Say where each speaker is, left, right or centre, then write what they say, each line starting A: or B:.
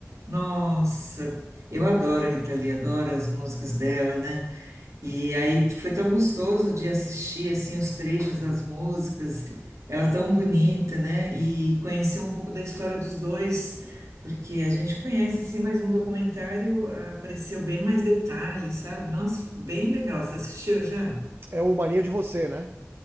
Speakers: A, on the right (about 80°); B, on the right (about 50°).
A: Nossa, eu adoro a Rita Lee, adoro as músicas dela, né? E aí foi tão gostoso de assistir assim os trechos das músicas, ela é tão bonita, né? E conhecer um pouco da história dos dois, porque a gente conhece assim, mas no documentário ah, apareceu bem mais detalhes, sabe? Nossa, bem legal. Você assistiu já?
B: É o Mania de Você, né?